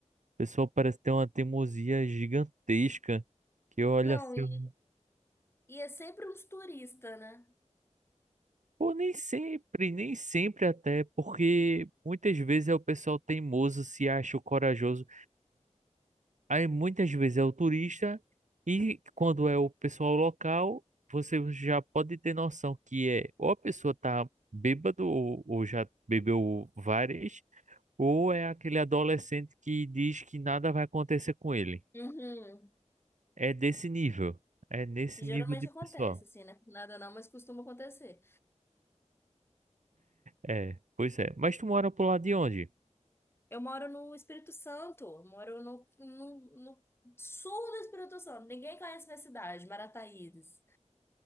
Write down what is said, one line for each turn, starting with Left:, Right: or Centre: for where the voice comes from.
Right: O pessoal parece ter uma teimosia gigantesca, que olha
Left: Não,
Right: assim,
Left: e,
Right: eu-
Left: e é sempre uns turistas, né?
Right: pô, nem sempre, nem sempre até, porque muitas vezes é o pessoal teimoso, se acha o corajoso. Aí muitas vezes é o turista e quando é o pessoal local, você já pode ter noção que é ou a pessoa tá bêbado ou, ou já bebeu várias, ou é aquele adolescente que diz que nada vai acontecer com ele.
Left: Uhum.
Right: É desse nível. É nesse
Left: Geralmente
Right: nível de
Left: acontece,
Right: pessoal.
Left: assim, né? Nada não, mas costuma acontecer.
Right: É, pois é. Mas tu mora pro lado de onde?
Left: Eu moro no Espírito Santo, eu moro no, no, no sul do Espírito Santo. Ninguém conhece minha cidade, Marataízes.